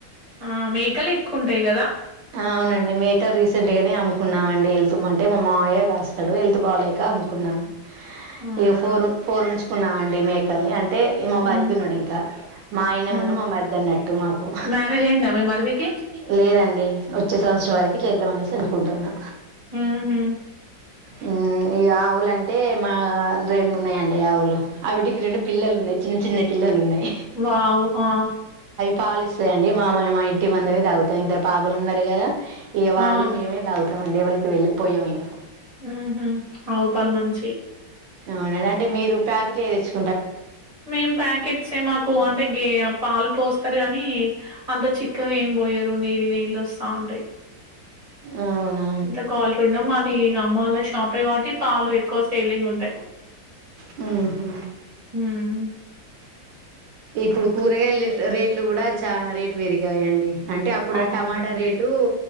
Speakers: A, on the right; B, on the right.
A: ఆ మేకలు ఎక్కువ ఉంటాయి కదా
B: ఆ అవునండి మేకలు రీసెంట్ గానే అమ్ముకున్నామండి హెల్త్ అంటే మా మావయ్య కాస్తాడు హె ల్త్ బాలేక అమ్ముకున్నాము
A: అవునా
B: ఇగ ఫోర్ ఫోర్ ఉంచు కున్నామండి మేకల్ని అం టే మా
A: హ్మ్
B: మరిది ఉన్నాడు ఇంకా మా ఆయనే
A: హ్మ్
B: ఉండు మా మరిది అన్నట్టు మాకు
A: మ్యారేజ్ అయిందా మీ మరిదికి
B: మి మరిది కి లేదం డి వచ్చే సంవత్సరం వరకి చేద్దాం అనేసి అనుకుంటున్నా
A: మ్ హూ
B: మ్ ఈ ఆవులంటే మా రెండు ఉన్నాయండి ఆవులు ఆవిటికి రెండు పిల్లలు ఉన్నాయి చిన్న చిన్న పిల్లలు ఉన్నాయి
A: వావ్ ఆ
B: పాలిస్తాయండి మా మాయ మా ఇట్టి మందవి తాగుతాయి ఇద్దరు పాపలు ఉన్నారు కదా ఇగ
A: ఆ
B: వాళ్ళు మేమే తాగుతామండి ఎవళకి వెళ్ళిపోయాం ఇగ
A: ఉహూ ఆవు పాలు మంచియి
B: అవునా అంటే మీరు ప్యాకిట్ లవి తెచ్చు
A: మేం ప్యాకెట్సే మాకు అంటే గే పాలు పో స్తారు కానీ అంత చిక్కగా ఏమి పోయారు నీళ్ళు నీళ్ళు వస్తా ఉంటాయి
B: అవునా
A: ఇంత క్వాలిటీ ఉండవు మాది ఇగ అమ్మ వాళ్ళ షాపే కాబట్టి పాలు ఎక్కువ సేలింగ్ ఉంటాయి
B: మ్హూ.
A: మ్
B: ఇప్పుడు కూరగాయల రేట్లు కూడా చానా రేటు పెరిగాయండి అంటే అప్పుడ
A: అవునండి
B: టమాటా రేటు